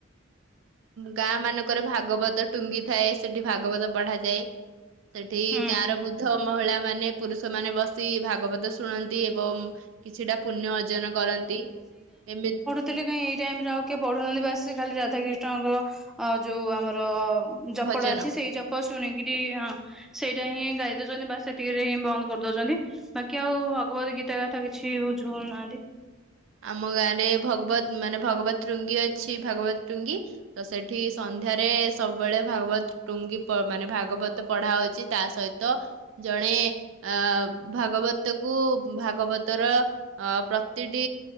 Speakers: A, on the right; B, in the centre.
A: ଗାଁ ମାନଙ୍କରେ ଭାଗବତ ଟୁଙ୍ଗି ଥାଏ ସେଠି ଭାଗବତ ପଢାଯାଏ। ସେଠି
B: ହୁଁ
A: ଗାଁ ର ବୁଦ୍ଧ ମହିଳା ମାନେ ପୁରୁଷ ମାନେ ବସି ଭାଗବତ ଶୁଣନ୍ତି ଏବଂ କିଛିଟା ପୁଣ୍ୟ ଅର୍ଜନ କରନ୍ତି ଏମିତି
B: ଥିଲେ କାଇଁ ଏଇ ଟାଇମରେ ଆଉ କିଏ ପଢୁନାହାନ୍ତି ବାସ୍ ଖାଲି ରାଧାକ୍ରିଷ୍ଣଙ୍କ ଯୋଉ ଆମର ଜପଟା
A: ଭଜନ
B: ଅଛି ସେଇ ଜପ ଶୁଣିକିରି ହଁ ସେଇଟା ହିଁ ଗାଇ ଦଉଛନ୍ତି ବା ସେତିକିରେ ହିଁ ବନ୍ଦ କରିଦଉଛନ୍ତି। ବାକି ଆଉ ଭଗବତ ଗୀତା କଥା କିଛି ବୁଝଉ ନାହାନ୍ତି।
A: ଆମ ଗାଆଁରେ ଭଗବତ୍ ମାନେ ଭଗବତ୍ ଟୁଙ୍ଗୀ ଅଛି, ଭଗବତ୍ ଟୁଙ୍ଗୀ। ତ ସେଠି ସନ୍ଧ୍ୟାରେ ସବୁବେଳେ ଭାଗବତ୍ ଟୁଙ୍ଗି ପ ମାନେ ଭାଗବତ ପଢା ହଉଛି ତା ସହିତ ଜଣେ ଅ ଭାଗବତକୁ ଭାଗବତର ଅ ପ୍ରତି ପ୍ରତି